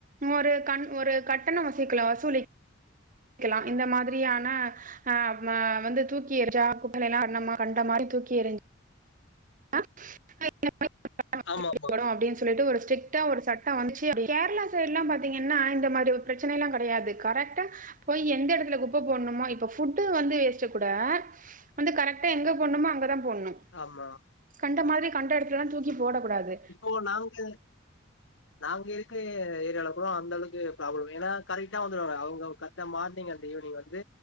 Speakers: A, on the right; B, on the left.
A: ஒரு கண் ஒரு கட்டண வசூக்கல வசூலிக் கல்லா இந்த மாதிரியான ஆ ம வந்து தூக்கி எறிச்சா குப்பைல எல்லா கண் மா கண்ட மாரி தூக்கி எறிஞ் <inaudible> அப்பிடின்
B: ஆமா ஆமா
A: சொல்லிட்டு ஒரு ஸ்ட்ரிக்டா ஒரு சட்டோ வந்துருச்சி அப்டி கேரளா சைடு பாத்தீங்கன்னா இந்த மாதிரி ஒரு பிரச்சனைல்லா கெடயாது கரெக்டா போய் எந்த எடத்துல குப்பை போட்ணுமோ இப்ப ஃபுட்டு வந்து வேச்சாக் கூட வந்து கரெக்டா எங்க போட்ணுமோ அங்க தா போட்ணூ
B: ஆமா
A: கண்ட மாரி கண்ட எடத்துலல்லா தூக்கி போடக் கூடாது
B: ஓ நாங்க நாங்க இருக்க ஏரியால கூட அந்த அளவுக்கு பிராபலம் ஏன்னா கரீக்டா வந்துருவாங்க அவங்க கா ந்த மார்னிங் அண்டு ஈவினிங் வந்து